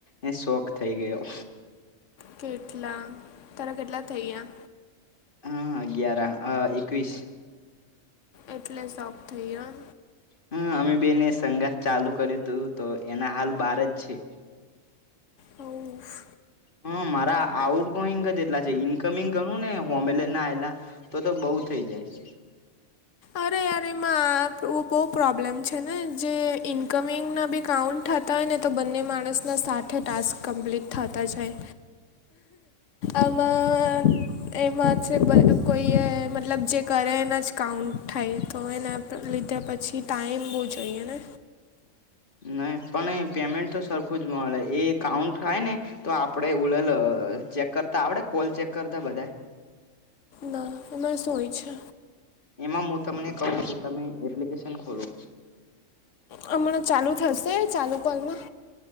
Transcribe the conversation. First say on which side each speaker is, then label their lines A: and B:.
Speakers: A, on the left; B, on the left.
A: એ શોખ થઈ ગયો.
B: કેટલા તારા કેટલા થઈ ગયા
A: હા અગિયાર આ એકવીસ
B: એટલે સોખ થઈયો
A: હમ્મ અમે બેને સંગાત ચાલુ કર્યું તું તો એના હાલ બાર જ છે.
B: ઓફ
A: હમ્મ મારા આઉટ ગોઈંગ જ એટલા છે ઈનકમિંગ ગણું ને હોમેલે ના આલા તો તો બઉ થઈ જાય છે.
B: અરે અરે માં બહું પ્રોબ્લેમ છે ને જે ઈન્કમિંગના બી કાઉન્ટ હતા. હોય ને તો બંને માણસના સાથે ટાસ્ક કમ્પ્લીટ થતા જાય. આમાં એમાં છે કોઈ મતલબ જે કરે એના જ કાઉન્ટ થાય તો એને લીધે પછી ટાઈમ બહુ જોઈએ ને
A: નહી પણ પેમેન્ટ તો સરખું જ મળે એ કાઉન્ટ થાય, ને. તો આપડે ઉડલ ચેક કરતા આવડે કોલ ચેક કરતા બધા?
B: ના એમાં શું હોય છે?
A: એમાં હું તમને કહું તમે એપ્લિકેશન ખોલો?
B: હમણાં ચાલુ થશે ચાલુ કોલમાં?